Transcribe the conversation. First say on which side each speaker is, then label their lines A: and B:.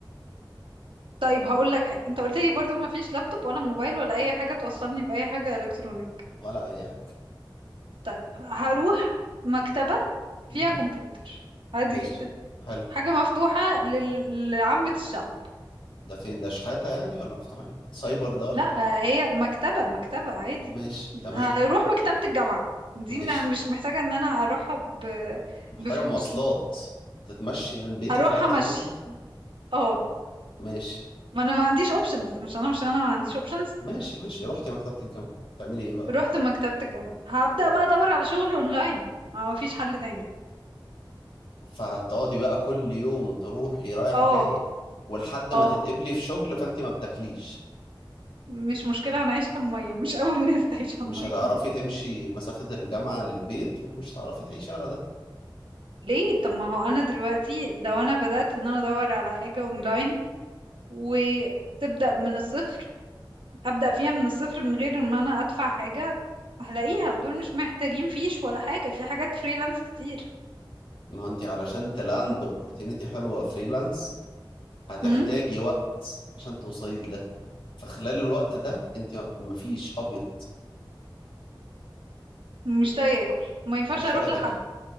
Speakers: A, on the right; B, on the left.
A: طيب هقول لك حاجه انت قلت لي برضو ما فيش لابتوب ولا موبايل ولا اي حاجه توصلني باي حاجه الكترونيك
B: ولا اي حاجه
A: طيب هروح مكتبه
B: مهم.
A: فيها كمبيوتر عادي
B: ماشي
A: جدا
B: حلو
A: حاجه مفتوحه لل- لعامه الشعب
B: ده فين ده شحاته يعني ولا مفتوح ايه سايبر ده ولا
A: لا
B: ايه
A: هي مكتبة مكتبة عادي
B: ماشي تمام
A: هروح مكتبة الجامعة دي
B: ماشي
A: م- مش محتاجة ان انا اروحها ب...
B: محتاجه
A: بفلوس
B: مواصلات تتمشي من بيتك
A: هروحها
B: لحد
A: مشي
B: مكتبه المكتبه
A: اه
B: ماشي
A: ما انا ما عنديش اوبشنز مش انا مش انا ما عنديش اوبشنز
B: ماشي ماشي رحتي مكتبه الجامعه تعملي ايه بقى
A: رحت مكتبة الجامعة هبدأ بقى ادور على شغل اونلاين ما مفيش حل تاني
B: فهتقعدي بقى كل يوم تروحي رايح
A: اه
B: جاي ولحد ما
A: اه
B: تتقبلي في شغل فانت ما بتاكليش
A: مش مشكلة هنعيش على المية مش أول <laughs> ناس تعيش على
B: مش
A: المية
B: هتعرفي تمشي مسافة الجامعة للبيت ومش هتعرفي تعيشي على ده
A: ليه؟ طب ما هو أنا دلوقتي لو أنا بدأت إن أنا أدور على حاجة أونلاين وتبدأ من الصفر ابدا فيها من الصفر من غير ما انا ادفع حاجه هلاقيها ودول مش محتاجين فيش ولا حاجه في حاجات فريلانس كتير
B: ما هو انت علشان تلاند اوبورتينيتي حلوة فريلانس هتحتاجي
A: هم؟
B: وقت عشان توصلي لده فخلال الوقت ده انت مفيش ابيض
A: مش لاقي اكل ما ينفعش
B: مش
A: اروح
B: لاقية تاكلي
A: لحد